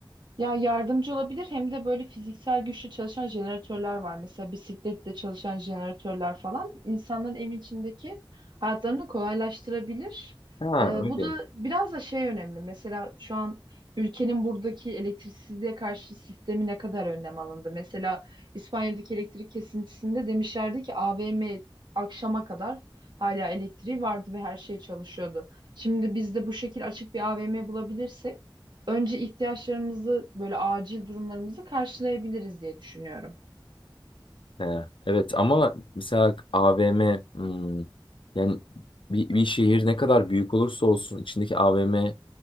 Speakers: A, on the right; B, on the left.
A: Ya yardımcı olabilir hem de böyle fiziksel güçlü çalışan jeneratörler var. Mesela bisikletle çalışan jeneratörler falan insanların evin içindeki hayatlarını kolaylaştırabilir.
B: Ha
A: Ee,
B: öyle.
A: bu da biraz da şey önemli. Mesela şu an ülkenin buradaki elektriksizliğe karşı sistemi ne kadar önlem alındı? Mesela İspanya'daki elektrik kesintisinde demişlerdi ki AVM akşama kadar hala elektriği vardı ve her şey çalışıyordu. Şimdi biz de bu şekil açık bir AVM bulabilirsek önce ihtiyaçlarımızı böyle acil durumlarımızı karşılayabiliriz diye düşünüyorum.
B: He, evet ama mesela AVM hmm, yani bir, bir şehir ne kadar büyük olursa olsun içindeki AVM